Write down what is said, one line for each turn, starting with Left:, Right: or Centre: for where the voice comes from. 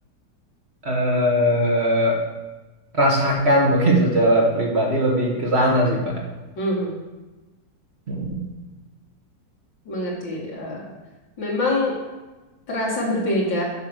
Right: eh, rasakan mungkin secara pribadi lebih ke sana sih Mbak
Left: Mhm.
Right: Hmm,
Left: Mengerti. eh, memang terasa berbeda